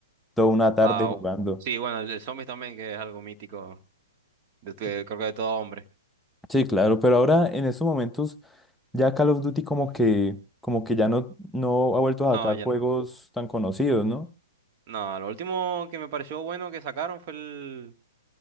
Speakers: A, in the centre; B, on the right.
A: toda una tarde
B: Ah,
A: jugando.
B: sí, bueno, el, el zombie también, que es algo mítico, de, de-
A: Sí,
B: creo que de todo hombre.
A: sí, claro, pero ahora en estos momentos ya Call of Duty como que como que ya no no ha vuelto
B: No,
A: a sacar
B: ya
A: juegos
B: no.
A: tan conocidos, ¿no?
B: No, lo último que me pareció bueno que sacaron fue el...